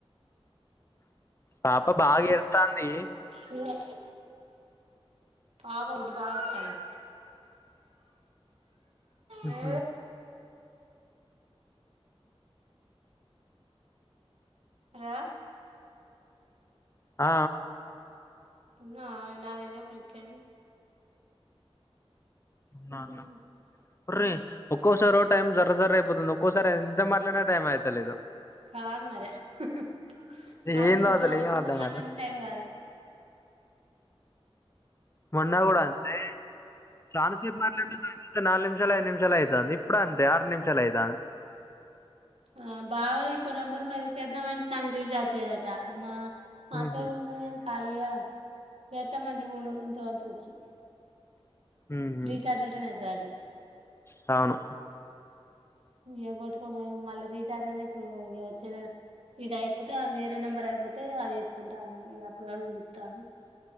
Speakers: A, on the left; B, on the right.
A: పాప బాగా ఇడతాంది
B: చూడు పాప గోడ్డు బాగవస్తాంది.
A: హుహు.
B: ఆ ర
A: ఆ
B: ఉన్నావా నాదేమో క్లిక్ అయింది అయింది
A: నాన్న ఉర్రె ఒక్కోసారి టైం జర్ర జర్ర అయిపోతుంది ఒక్కోసారి ఎంత మాట్లాదినా టైం అయితలేదు
B: కాదు మరి హుమ్ ఆలోకో
A: ఏందో అసలు
B: ఆలోచనతో
A: ఏం అర్థం
B: మాట్లాడిన
A: కాట్లే
B: టైం కాదు
A: మొన్న కూడాడ అంతే చాన సెబ్ మాట్లె దా నాలుగు నిమిషాలు ఐదు నిమిషాలు ఆయి తాంది ఇప్పుడు అంటే ఆరు నిమిషాలు అయిత అ
B: ఆ బావ ది ఇంకో నెంబర్ ఉన్నది చేద్దామంటే దానికి రీజార్జ్ చేయ్యటమా మాత్ర
A: ఉహు
B: గుడు గన నను కాలీగా ఇంత మంచి గుండు ఇంతో ఆడు కోవచ్చు
A: ఉహు
B: రీచార్జ్ ఉంటేనే అయితదట
A: తాను
B: ఎగొటి మళ్ళీ రీఛార్జ్ అండి ఇప్పుడు వచ్చే ఇది అయిపోతే వేరే నెంబర్ అయిపోతే అది వేసుకుంటానని అప్పటి వరకు చూస్తాని